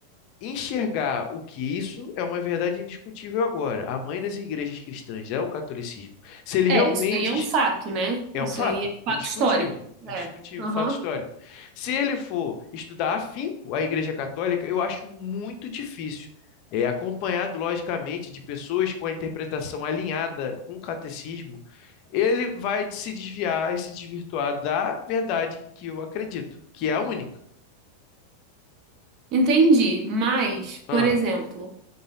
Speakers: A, on the left; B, on the right.
A: enxergar o que isso é uma verdade indiscutível agora, a mãe das igrejas cristãs é o catolicismo. Se ele
B: É,
A: realmente
B: isso aí é um fato, né?
A: é
B: Isso
A: um fato,
B: aí é fato
A: indiscutível,
B: histórico.
A: indiscutível,
B: É. Aham.
A: fato histórico. Se ele for estudar afinco a Igreja Católica, eu acho muito difícil. É acompanhado, logicamente, de pessoas com a interpretação alinhada com o catecismo, ele vai se desviar e se desvirtuar da verdade que eu acredito, que é a única.
B: Entendi. Mas,
A: Ah,
B: por exemplo.